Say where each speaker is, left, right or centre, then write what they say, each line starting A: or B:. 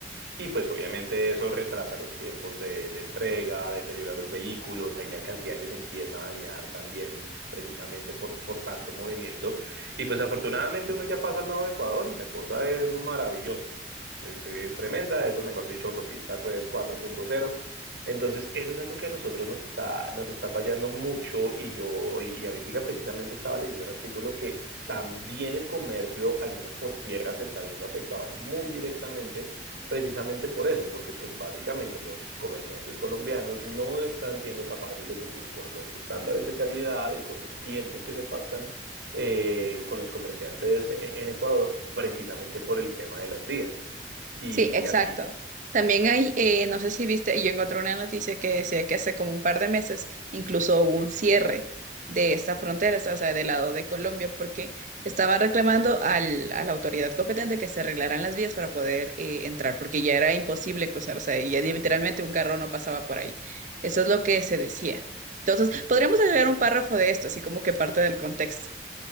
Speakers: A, on the right (about 70°); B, on the right (about 45°).
A: Y pues obviamente eso retrasa los tiempos de, de entrega, deteriora los vehículos, hay mercancía que se empieza a dañar también precisamente por, por tanto movimiento. Y pues afortunadamente uno ya pasa al lado de Ecuador y la cosa es maravillosa. Es, es tremenda, eso mejor dicho, autopista pues cuatro punto cero Entonces eso es algo que a nosotros nos está, nos está fallando mucho y yo, y, y ahorita precisamente estaba leyendo un artículo que también el comercio, al menos por tierra, se está viendo afectado muy directamente precisamente por eso, porque pues básicamente los comerciantes colombianos no están siendo capaces de cumplir con los estándares de calidad y con los tiempos que se pactan eh, con los comerciantes e- en Ecuador, precisamente por el tema de las vías. Y
B: Sí, exacto.
A: aquí,
B: También hay, eh, no sé si viste, yo encontré una noticia que decía que hace como un par de meses incluso hubo un cierre de esta frontera, o sea, del lado de Colombia, porque estaban reclamando al, a la autoridad competente que se arreglaran las vías para poder eh, entrar, porque ya era imposible cruzar, o sea, ya literalmente un carro no pasaba por ahí. Eso es lo que se decía. Entonces, podríamos agregar un párrafo de esto, así como que parte del contexto.